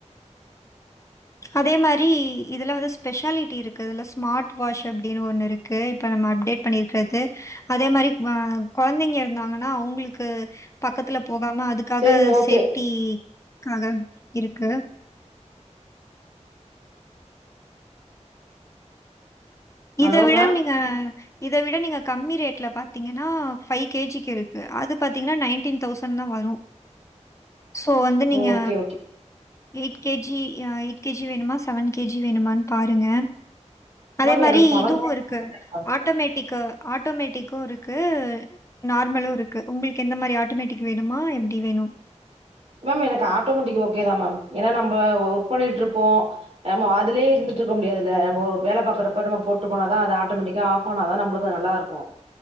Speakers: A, on the left; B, on the right.
A: அதே மாரி இதுல வந்து ஸ்பெஷாலிட்டி இருக்கு இதுல ஸ்மார்ட் வாஷ் அப்டினு ஒண்ணிருக் கு இப்ப நம்ம அப்டேட் பண்ணிர்க்கர்து அதே மாரி ஆ கொழந்தைங்க இருந்தாங்கனா அவுங்ளுக்கு பக்கத்துல போகாம அதுக் காக
B: சேரிங்க ஓகே
A: சேஃப்டிக்காக இருக்கு
B: ஹலோ
A: இத விடவு
B: மேம்
A: நீங்க இத விட நீங்க கம்மி ரேட்ல பாத்தீங்கனா ஃபை கேஜிக்கு இருக்கு அது பாத்தீங்கனா நைன் ட்டீன் தௌசன்தாவரு சோ வந்து நீங்க
B: okay okay
A: eight K G அ எயிட் கே ஜி வேணுமா செவன் கே ஜி வேணுமான் பாருங்க அதே
B: மேம்
A: மாரி
B: எனக்கு செவன்
A: இதுவுருக்கு ஆட்டோமேட்டிக்கு ஆட்டோமேட்டிக்கு இருக்கு நார்மலுருக்கு உங்ளுக்கு எந்த மாரி ஆட்டோமேட்டிக் வேணுமா எப்டி வேணு
B: மேம் எனக்கு ஆட்டோமிட்டிக் ஓகே தா மேம் ஏனா நம்ப ஒர்க் பண்ணிட்ருப்போ நம்மோ அதுலே இருந்துட்ருக்க முடியாது ல நம்மோ வேல பாக்றப்ப நம்ம போட்டு போனாலு அது ஆட்டோமெட்டிக்கா ஆஃப் ஆன தா நம்ளுக்கு நல்லாருக்கு